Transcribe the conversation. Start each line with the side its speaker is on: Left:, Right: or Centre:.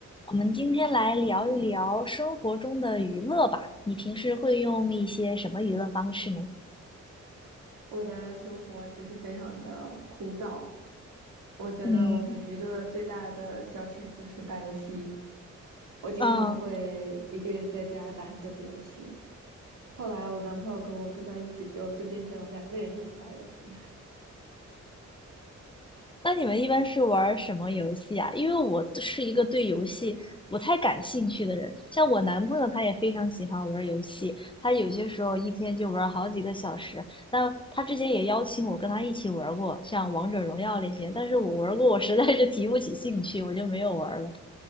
Left: 我们今天来聊一聊生活中的娱乐吧。你平时会用一些什么娱乐方式呢？
Right: 我的生活其实非常的枯燥，我觉得我的娱乐最大的消遣就是打游戏。
Left: 嗯
Right: 我经常会一个人在家打很久的游戏。
Left: 嗯，
Right: 后来我男朋友跟我住在一起之后，就变成了两个人一起打游戏。
Left: 那你们一般是玩儿什么游戏啊？因为我是一个对游戏不太感兴趣的人，像我男朋友他也非常喜欢玩儿游戏，他有些时候一天就玩儿好几个小时。但他之前也邀请我跟他一起玩儿过，像王者荣耀那些，但是我玩儿过，我实在是提不起兴趣，我就没有玩儿了。